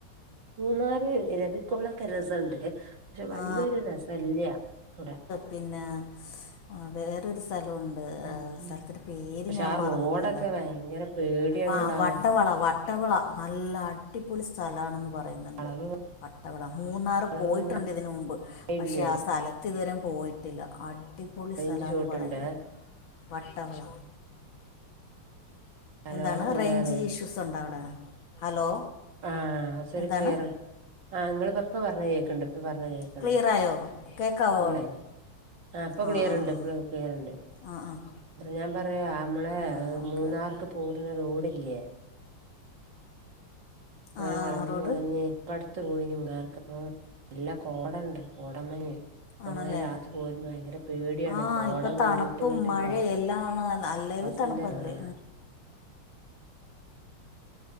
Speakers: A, on the right; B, on the left.
A: മൂന്നാറ് ഇരവിക്കൊളൊക്കെ രസെണ്ട് പക്ഷെ വല്ല്യയൊരു
B: ആ
A: രസെല്ല്യ ഔടെ
B: പിന്നേ വേറൊരു സ്ഥലവൊണ്ട്
A: ഉം
B: ഏഹ് സ്ഥലത്തിന്റെ
A: ഉം
B: പേര്
A: പക്ഷെ
B: ഞാ
A: ആ
B: മറന്ന്
A: റോഡൊക്കെ
B: പോയല്ലോ
A: ഭയങ്കര പേടിയാണെടാ
B: ആഹാ വട്ടവള വട്ട വള നല്ല അടിപൊളി സ്ഥലാണെന്ന് പറയ്ന്ന്ണ്ട്
A: വളവ്
B: വട്ടവള മൂന്നാ
A: <unintelligible>
B: ഇതിന് മുമ്പ്. പക്ഷെ
A: ഇല്ലേ
B: ആ സ്ഥലത്ത് ഇതുവരെ പോയിട്ടില്ല. അടി പൊളി
A: റേഞ്ച്
B: സ്ഥലാന്ന്
A: ഷോട്ടുണ്ട്
B: പറയുന്ന്, വട്ടവള.
A: ഹലോ
B: എന്താണ്
A: എന്താ
B: റേഞ്ച്
A: പറയാ
B: ന് ഇഷ്യൂസ് ണ്ടോ അവിടെ? ഹലോ.
A: ആഹ് ശരി
B: എന്താണ്
A: ക്ലിയറ്. ആ ഇങ്ങളിപ്പോ പറഞ്ഞ കേൾക്ക്ണ്ട്. ഇപ്പ പറഞ്ഞ കേൾക്ക ക്കണ്ട്.
B: ക്ലിയർ ആയോ കേൾക്കാമോ
A: ഇങ്ങളെ ആ ഇപ്പൊ
B: ആഹ്
A: ക്ലിയറ്ണ്ട്,
B: ആഹ്
A: ഇപ്പോ ക്ലിയർ ണ്ട്.
B: ആഹ് ആഹ് ആഹ്
A: ഞാൻ പറ ആ മള
B: ആഹ് ഓക്കെ
A: മൂന്നാർക്ക്
B: ഓക്കെ
A: പോകണ റോഡില്ലേ? അങ്ങനെ
B: ആഹ്
A: വളഞ്ഞ്,
B: ആഹ് റോഡ്
A: വളഞ്ഞ് ഇപ്പട് ത്ത് <unintelligible> നല്ല കോട ഉണ്ട്, കോടമഞ്ഞ്. അപ്പ
B: ആണല്ലേ
A: അങ്ങനെ രാത്രി പോരുമ്പോ ഭയങ്കര പേടിയാണ്.
B: ആഹ്
A: കോട
B: ഇപ്പൊ
A: മൂടിയിട്ട്
B: തണുപ്പും
A: മറ്റേ
B: മഴയും
A: ക്ലാസ്സ്‌,
B: എല്ലാമാണ് അല്ലേലും
A: സിന്റെ
B: തണുപ്പല്ലേ
A: ആഹ്